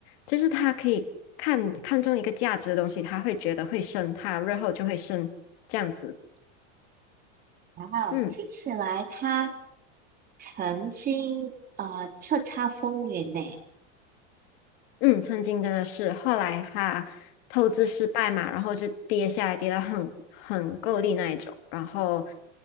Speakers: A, on the left (about 55°); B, on the right (about 25°).
A: 就是他可以看看中一个价值的东西，他会觉得会升，他日后就会升这样子。
B: 啊？哇哦听起来他
A: 嗯。
B: 曾经呃叱咤风云呢，
A: 嗯，曾经真的是，后来他透支失败嘛，然后就跌下来，跌到很很够力那一种。然后，